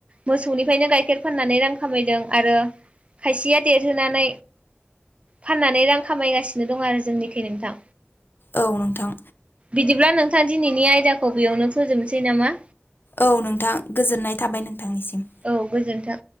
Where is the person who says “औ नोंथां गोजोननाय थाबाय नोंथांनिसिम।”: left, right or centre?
Left